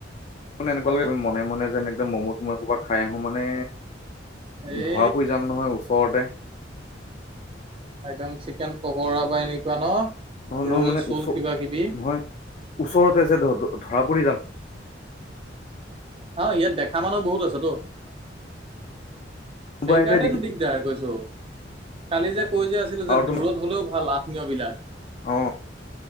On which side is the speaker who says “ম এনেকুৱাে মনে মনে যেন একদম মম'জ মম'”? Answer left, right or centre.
Left